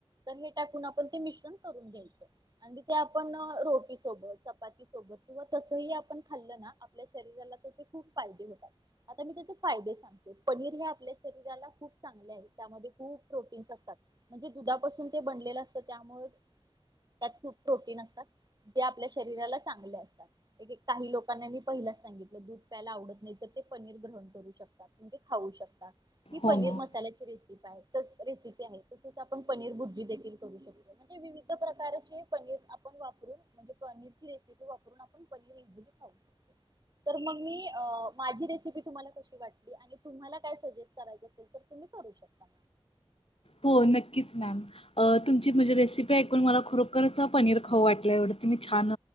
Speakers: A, on the right; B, on the left.
A: हे टाकूंन आपणं ते मिश्रण करूंन घ्यायचं आणि ते आपण रोटी सोबत चपाती सोबत किंवा तसही आपणं खाल्लं ना आपल्या शरीराला त्याचे खूंप फायदे होतात. आता मी त्याचे फायदे सांग पनीर हे आपल्या शरीराला खूंप चांगले आहे त्यांमध्ये खूप प्रोटीन्स असतात. म्हणजे दुधापासून ते बनलेलं असतं त्यामुळें त्यांत खूप प्रोटीन्स असतात. ते आपल्या शरीराला चांगले असतात. एक एक कांहीं लोकांनां मी पहिलाच सांगितलं दूध प्यायला आवडतं नाहीं तरं ते पनीर ग्रहण करूं शकतात. म्हणजे खाऊ शकता ही
B: हो
A: पनीर
B: मॅम.
A: मसाल्याची रेसिपी काय तर रेसिपी आहे तसंच आपणं पनीर भुर्जी देखील करू शकतो. म्हणजे विविध प्रकारचे पनीर आपण वापरू म्हणजे पनीरची रेसिपी वापरून आपण पनीर इझिली खाऊ तर मग मी माझी रेसिपी तुम्हाला कशी वाटली आणि तुम्हाला काय सजेस्ट करायचं अस तुम्ही करू शकता.
B: हो नक्कीच मॅम! अ तुमची म्हणजे रेसिपी ऐकून मला खरोखरंच पनीर खाऊं वाटलंय एवढं तू मी छान